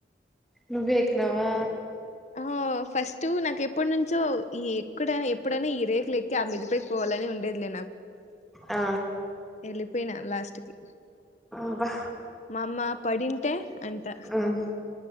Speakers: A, in the centre; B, on the left.
A: నువ్వే ఎక్కినవా
B: ఆ ఫస్ట్ నాకు ఎప్పటి నుంచో ఈ ఎక్క ఎప్పుడైనా ఈ రేకు లెక్కి ఆ మిదిపేకి పోవాలని ఉండేది లే
A: ఆ
B: వెళ్ళిపోయినా లాస్ట్ కి
A: అబ్బా
B: మా అమ్మ పడింటే అంట్ర
A: మ్మ్